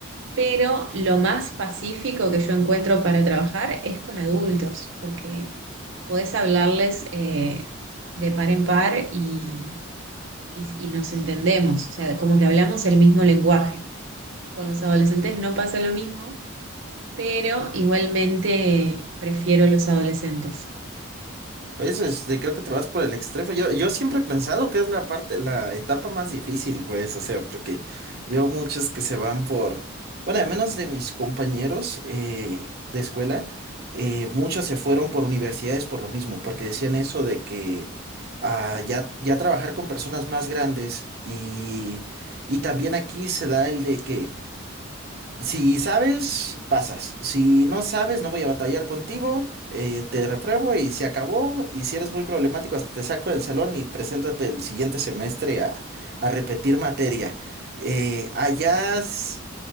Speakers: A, on the right; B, on the right.
A: pero lo más pacífico que yo encuentro para trabajar es con adultos, porque podés hablarles eh, de par en par y, y y nos entendemos, o sea, como que hablamos el mismo lenguaje. Con los adolescentes no pasa lo mismo, pero igualmente prefiero los adolescentes.
B: Pues este, creo que te vas por el extremo. Yo, yo siempre he pensado que es la parte, la etapa más difícil, pues, o sea, porque veo muchos que se van por, bueno, al menos de mis compañeros eh, de escuela, eh, muchos se fueron por universidades por lo mismo, porque decían eso de que ah, ya, ya trabajar con personas más grandes y, y también aquí se da el de que si sabes, pasas. Si no sabes, no voy a batallar contigo. eh, te repruebo y se acabó. Y si eres muy problemático, hasta te saco del salón y preséntate el siguiente semestre a, a repetir materia. Eh, allá, es-